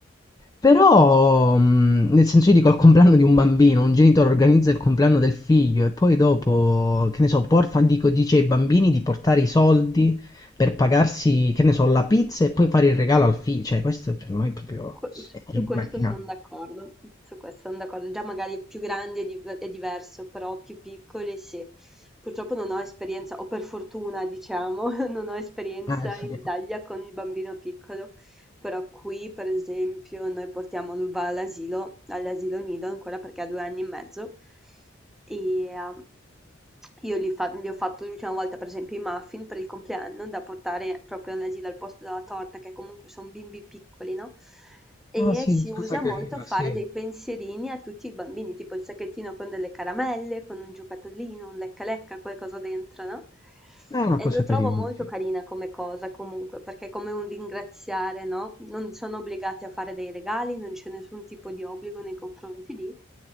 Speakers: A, on the left; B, in the centre.
A: Però, mh, nel senso, io dico al compleanno di un bambino, un genitore organizza il compleanno del figlio e poi dopo, che ne so, porta, dico, dice ai bambini di portare i soldi per pagarsi, che ne so, la pizza e poi fare il regalo al figlio. Cioè, questo per noi è proprio...
B: que- su
A: è
B: su
A: immaginabile.
B: questo sono d'accordo, su questo sono d'accordo. Già magari più grandi è, div- è diverso, però più piccoli sì. Purtroppo non ho esperienza, o per fortuna diciamo, <laughs> non ho esperienza
A: Ah, sì.
B: in Italia con il bambino piccolo. però qui per esempio noi portiamo lui va all'asilo, all'asilo nido ancora perché ha due anni e mezzo e ehm, io gli, fa- gli ho fatto l'ultima volta per esempio i muffin per il compleanno da portare proprio all'asilo al posto della torta che comunque sono bimbi piccoli, no? E
A: Ah, sì,
B: si usa
A: cosa carina,
B: molto fare
A: sì.
B: dei pensierini a tutti i bambini, tipo il sacchettino con delle caramelle, con un giocattolino, un lecca lecca, qualcosa dentro, no?
A: È una
B: E
A: cosa
B: lo trovo
A: carina,
B: molto
A: sì.
B: carina come cosa comunque, perché è come un ringraziare, no? Non sono obbligati a fare dei regali, non c'è nessun tipo di obbligo nei confronti di,